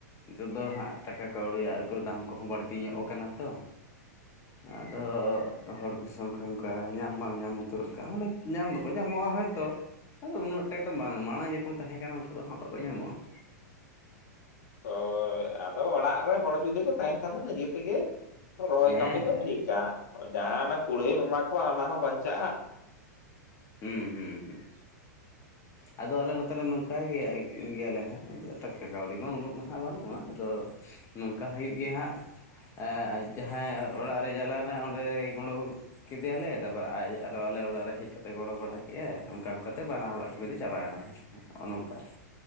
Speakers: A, on the left; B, on the left.
A: ᱱᱤᱛᱚᱜ ᱫᱚ ᱦᱟᱸᱜ ᱴᱟᱠᱟ ᱠᱟᱹᱣᱲᱟᱜ ᱠᱚ ᱫᱟᱢ ᱠᱚᱦᱚᱸ ᱵᱟᱹᱲᱛᱤ ᱧᱚᱜ ᱟᱠᱟᱱᱟ ᱛᱚ ᱾
B: <inaudible>
A: ᱟᱫᱚ ᱦᱚᱲ ᱠᱚᱥᱚᱝᱠᱟᱱ ᱚᱝᱠᱟ ᱧᱟᱢ ᱵᱟᱝ ᱧᱟᱢ ᱩᱛᱟᱹᱨᱚᱜ ᱠᱟᱱᱟ ᱢᱟᱱᱮ ᱧᱟᱢ ᱫᱚᱠᱚ ᱧᱟᱢᱚᱜᱼᱟ ᱦᱚᱭᱛᱚ ᱾ ᱟᱫᱚ ᱩᱱᱟᱹᱜ ᱴᱟᱠ ᱫᱚ ᱵᱟᱝ ᱢᱟᱲᱟᱝ ᱡᱮᱠᱚᱢ ᱛᱟᱦᱮᱸ ᱠᱟᱱᱟ ᱩᱝᱠᱟ ᱫᱚ ᱦᱟᱸᱜ ᱵᱟᱠᱚ ᱧᱟᱢᱚᱜᱼᱟ ᱾
B: ᱚᱭ ᱟᱫᱚ ᱚᱲᱟᱜ ᱨᱮ ᱦᱚᱲ ᱡᱩᱫᱤ ᱠᱚ ᱛᱟᱦᱮᱱ ᱠᱷᱟᱱ ᱫᱚ ᱱᱤᱡᱮ ᱛᱮᱜᱮ ᱨᱚᱦᱚᱭ
A: ᱦᱮᱸ
B: ᱠᱟᱹᱢᱤ ᱫᱚ
A: ᱦᱮᱸ
B: ᱴᱷᱤᱠᱟ ᱡᱟᱦᱟᱸ ᱦᱟᱱᱟ ᱠᱩᱲᱟᱹᱭ ᱮᱢᱟ ᱠᱚᱣᱟ ᱚᱱᱟ ᱦᱚᱸ ᱵᱟᱧᱪᱟᱜᱼᱟ ᱾
A: ᱦᱩᱸ ᱦᱩᱸ ᱦᱩᱸ ᱾
B: <inaudible>
A: ᱟᱫᱚ ᱟᱞᱮ ᱱᱚᱛᱮᱨᱮ ᱱᱚᱝᱠᱟ ᱜᱮᱭᱟ ᱜᱮᱭᱟᱞᱮ ᱦᱟᱸᱜ ᱴᱟᱠᱟ ᱠᱟᱹᱣᱰᱤ ᱢᱟ ᱩᱱᱟᱹᱜ ᱢᱟ ᱦᱟᱜ ᱵᱟᱹᱱᱩᱜᱼᱟ ᱟᱫᱚ ᱱᱚᱝᱠᱟ ᱦᱩᱭᱩᱜ ᱜᱮᱭᱟ ᱦᱟᱸᱜ ᱮ ᱡᱟᱦᱟᱸ ᱚᱲᱟᱜ ᱨᱮ ᱪᱟᱞᱟᱣᱱᱟ ᱚᱸᱰᱮ ᱜᱩᱬᱳ ᱠᱮᱫᱮᱭᱟᱞᱮ ᱛᱟᱯᱚᱨᱮ ᱟᱡ ᱟᱨᱚ ᱟᱞᱮ ᱚᱲᱟᱜ ᱨᱮ ᱦᱮᱡ ᱠᱟᱛ ᱛᱮ ᱜᱚᱲᱚ ᱵᱟᱲᱟ ᱠᱮᱜᱼᱟᱭ ᱚᱝᱠᱟ ᱚᱝᱠᱟ ᱛᱮ ᱵᱟᱱᱟ ᱦᱚᱲᱟᱜ ᱠᱟᱹᱢᱤ ᱫᱚ ᱪᱟᱵᱟᱭᱮᱱᱟ ᱦᱮᱸᱥᱮ ᱚᱱᱮ ᱚᱝᱠᱟ᱾